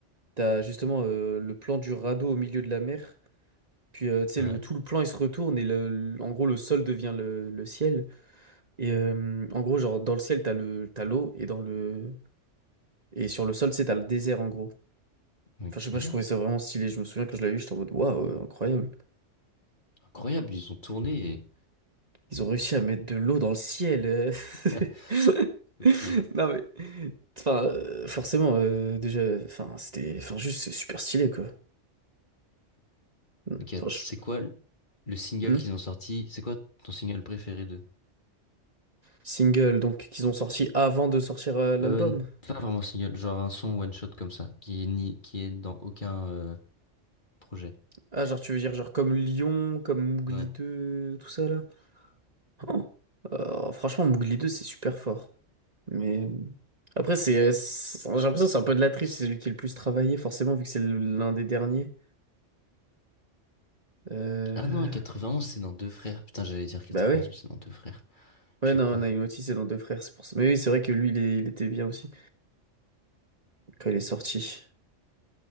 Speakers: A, on the right; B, on the left.
A: T'as justement euh, le plan du radeau au milieu de la mer. Puis euh, tu sais,
B: Ouais.
A: le, tout le plan il se retourne et le, le- en gros le sol devient le, le ciel. Et euh, en gros, genre dans le ciel, t'as le, t'as l'eau et dans le. Et sur le sol, tu sais, t'as le désert en gros.
B: Ok.
A: Enfin, je sais pas, je trouvais ça vraiment stylé. Je me souviens quand je l'avais vu, j'étais en mode waouh, euh, incroyable.
B: Incroyable, ils ont tourné.
A: Ils ont réussi à mettre de l'eau dans le ciel. euh.
B: et- <laughs>
A: <laughs>
B: Ok.
A: Non mais. Enfin, euh, forcément, euh, déjà, enfin, c'était. Enfin, juste, c'est super stylé quoi. Enfin,
B: Ok, att-
A: je-
B: c'est quoi le le single
A: Hmm.
B: qu'ils ont sorti? C'est quoi ton single préféré d'eux?
A: Single, donc, qu'ils ont sorti avant de sortir euh, l'album.
B: Euh, n- pas vraiment single, genre un son one shot comme ça, qui est ni, qui est dans aucun euh, projet.
A: Ah, genre, tu veux dire, genre, comme Lyon, comme Mougli
B: Ouais.
A: deux tout ça, là? Oh. Euh, franchement, Mougli deux c'est super fort. Mais euh, après, c'est, euh, c'est- j'ai l'impression que c'est un peu de la triche, c'est celui qui est le plus travaillé, forcément, vu que c'est l'un des derniers. Euh,
B: Ah non, 91, c'est dans Deux Frères. Putain, j'allais dire 91,
A: Bah oui.
B: mais c'est dans Deux Frères. Je
A: Ouais,
B: suis
A: non,
B: con.
A: Naimoti, c'est dans Deux Frères, c'est pour ça. Mais oui, c'est vrai que lui, il, est- il était bien aussi, quand il est sorti.